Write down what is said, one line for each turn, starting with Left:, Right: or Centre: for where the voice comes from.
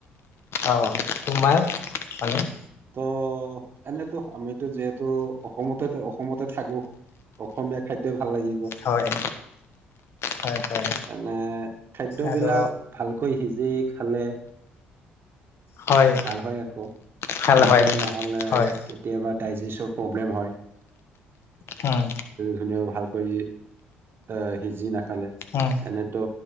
Left: অ' তোমাৰ মানে।
Right: ত' এনেতো আমিতো যিহেতু অসমতে অসমতে থাকো। অসমীয়া খা তে ভাল লাগিব।
Left: হয় হয় হয়
Right: এনে খাদ্যবিলাক
Left: আৰু
Right: ভালকৈ সিজি খালে
Left: হয়
Right: ভাল হয় আকৌ,
Left: ভাল
Right: বাকী
Left: হয়
Right: নহ'লে
Left: হয়
Right: কেতিয়াবা ডাইজেচৰ প্ৰব্লেম হয়,
Left: উম
Right: ধুন ভাল কৰি অ', সিজি নাখালে,
Left: উম
Right: এনেতো